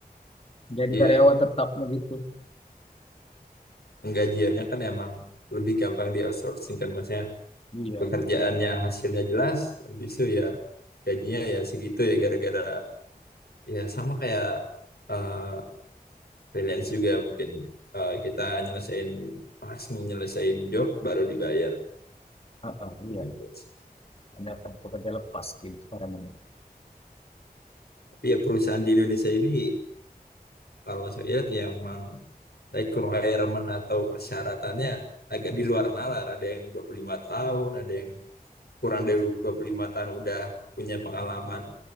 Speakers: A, on the left; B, on the left.
A: jadi
B: Iya.
A: karyawan tetapnya gitu.
B: penggajiannya kan emang lebih gampang di outsourcing kan maksudnya
A: Iya,
B: pekerjaannya hasilnya jelas, habis itu ya gajinya ya segitu ya gara-gara ya sama kayak eh, freelance juga mungkin eh, kita nyelesain pas nyelesain job baru dibayar
A: heeh,
B: Gitu
A: iya.
B: juga sih.
A: menyiapkan pekerja lepas di sekarang ini.
B: Tapi ya perusahaan di Indonesia ini kalau saya lihat ya emang requirement atau persyaratannya agak di luar nalar. Ada yang 25 tahun, ada yang kurang dari 25 tahun udah punya pengalaman